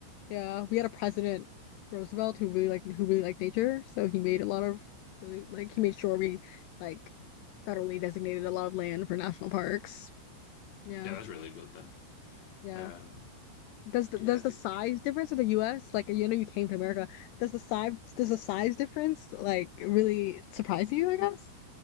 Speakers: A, on the left; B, on the left.
A: Yeah, we had a president Roosevelt who really liked who really liked nature, so he made a lot of really like he made sure we like federally designated a lot of land for national parks. Yeah,
B: Yeah, that's really good then.
A: yeah.
B: Um,
A: Does the
B: yeah,
A: does the size difference of the U.S. like you know you came to America? Does the size does the size difference like really surprise you? I guess.